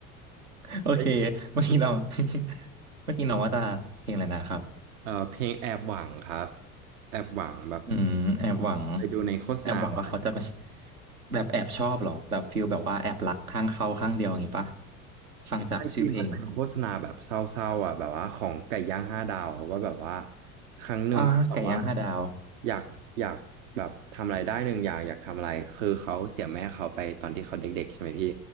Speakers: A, on the right (about 85°); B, on the right (about 65°).
A: โอเคเมื่อกี้เรา
B: เอ้ย <laughs>
A: <laughs> เมื่อกี้น้องว่าจะเพลงอะไรนะครับ
B: เอ่อเพลงแอบหวังครับแอบหวังแบบ
A: อืมแอบหวัง
B: ไปดูในโฆษณามาใช่ไหมครับ
A: แอบหวังว่าเขาจะมาแบบแอบชอบเหรอแบบฟิลแบบว่าแอบรักข้างเขาข้างเดียวอย่างงี้ปะฟังจากชื่อเพลง
B: ไอที่มันเป็นโฆษณาแบบเศร้าๆอ่ะแบบว่าของไก่ย่างห้าดาวอะว่าแบบว่าครั้งหนึ่งแบบว่า
A: อ่าไก่ย่างห้าดาว
B: อยากอยากแบบทำอะไรได้หนึ่งอย่างอยากทำอะไรคือเขาเสียแม่เขาไปตอนที่เขาเด็กๆใช่ไหมพี่